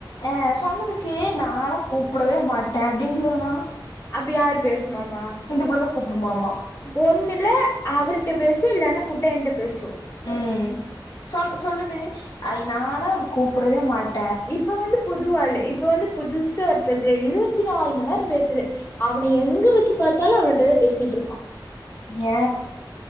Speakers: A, on the left; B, on the left.
A: ஆ சொன்னதுக்கே நான கூப்படவே மாட்டே அப்டிங்கிறானா
B: அப்ப யாரு பேசுமாமா
A: இந்த புள்ளதா கூப்புடுமாமா
B: ஒண்ணுல்ல அவர்கிட்ட பேசு இல்லேனா குட்டையன்ட்ட பேசு
A: ம் சொன் சொல்லுது ஐனாலா அவ கூப்படவே மாட்
B: இப்ப வந்து புதுவாலு இப்ப வந்து புதுசு வதுல இருஸத்தி நாலு மணி நேரோ பேசுது அவன எங்க வச்சு பாத்தாலு அவளிட்டதா பேசிட்டுருக்கா
A: ஏ